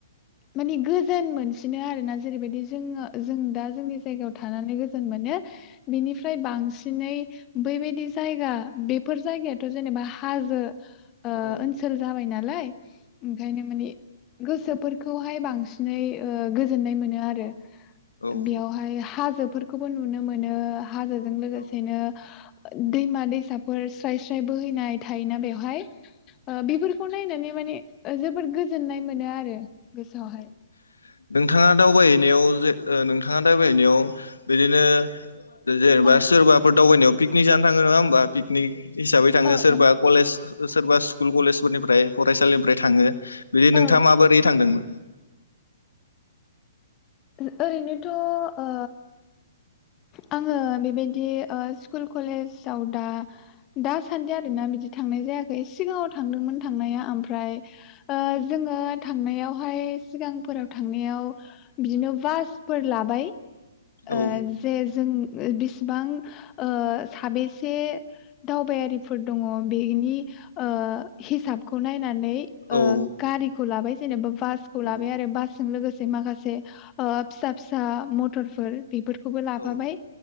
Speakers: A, on the left; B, on the left.
A: माने गोजोन मोनसिनो आरोना जेरैबायदि जोङो जों दा जोंनि जायगायाव थानानै गोजोन मोनो बिनिफ्राय बांसि नै बैबायदि जायगा बेफोर जायगायाथ' जेनेबा हाजो ओ
B: औ
A: ओनसोल जाबायना लाय। ओंखायनो माने गोसोफोरखौहाय बांसिनै ओ गोजोननाय मोनो आरो।
B: औ
A: बेयावहाय हा हाजोफोरखौबो नुनो मोनो हाजोजों लोगोसेनो
B: औ
A: दैमा दैसाफोर स्राय स्राय बोहैनाय थायोना बेयाव हाय ओ ओ बेफोर खौ नायनानै माने जोबोर गोजोननाय मोनो आरो। गोसोआवहाय।
B: औ नोंथाङा दावबायहैनायाव जे ओ नोंथाङा दाबायहनायाव बिदिनो जेनेबा
A: औ
B: सोरबाफोर दावबायनायाव पिकनि जानो थाङो नङा होमबा पिकनिक? हिसाबै थाङो
A: औ
B: सोरबा
A: औ
B: कलेज सोरबा स्कुल कलेजफोरनिफ्राय फरायसालिनिफ्राय थाङो। बिदि नोंथाङा
A: औ
B: माबोरै थांदोंमोन?
A: ओ ओरैनोथ' ओ आङो बेबायदि ओ स्कुल कलेजाव दा दासान्दि आरोना बिदि थांनाय जायाखै सिगाङाव थांदोंमोन थांनाया ओमफ्राय ओ जोङो थांनायावहाय सिगांफोराव थांनायाव बिदिनो बासफोर लाबाय। ओ
B: औ।
A: जे जों बिसेबां ओ साबेसे दावबायारिफोर दङ बेनि ओ हिसाबखौ नायना नै ओ
B: औ
A: गारिखौ लाबाय। जेनेबा बासखौ लाबाय
B: औ
A: आरो बासजों लोगोसे माखासे ओ फिसा फिसा मथरफोर बिफोर खौबो लाफाबाय
B: औ